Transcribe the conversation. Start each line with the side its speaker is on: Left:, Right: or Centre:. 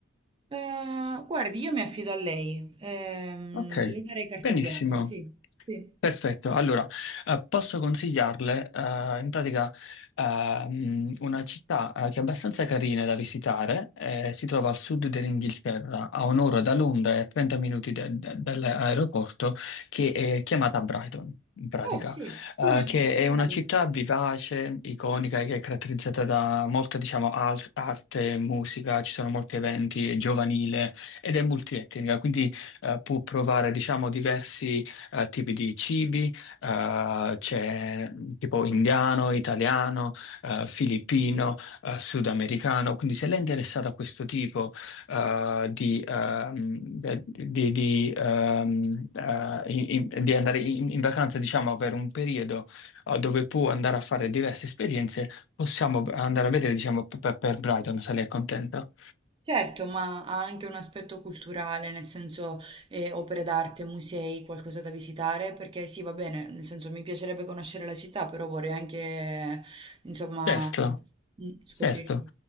Right: Eh, guardi, io mi affido a lei, ehm,
Left: Ok,
Right: le darei carta
Left: benissimo.
Right: bianca, sì, sì.
Left: Perfetto, allora eh, posso consigliarle eh, in pratica ehm, una città eh, che è abbastanza carina da visitare, eh, si trova al sud dell'Inghilterra, a un'ora da Londra e a 30 minuti da- da- dall'aeroporto, che è chiamata Brighton, in pratica,
Right: Oh, sì, sì,
Left: eh,
Right: ne ho sentito
Left: che
Right: parlare.
Left: è una città vivace, iconica, che è caratterizzata da molta, diciamo, al- arte, musica, ci sono molti eventi, è giovanile ed è multietnica, quindi eh, può provare, diciamo, diversi eh, tipi di cibi, eh, c'è mm, tipo indiano, italiano, eh, filippino, eh, sudamericano. Quindi se lei è interessata a questo tipo eh, di, ehm, di- di, ehm, eh, in- in- di andare in, in vacanza, diciamo, per un periodo eh, dove può andare a fare diverse esperienze, possiamo andare a vedere, diciamo, per, per Brighton, se lei è contento.
Right: Certo, ma ha anche un aspetto culturale, nel senso eh, opere d'arte, musei, qualcosa da visitare, perché sì, va bene, nel senso mi piacerebbe conoscere la città, però vorrei anche, insomma,
Left: Certo,
Right: mm, scoprire.
Left: certo.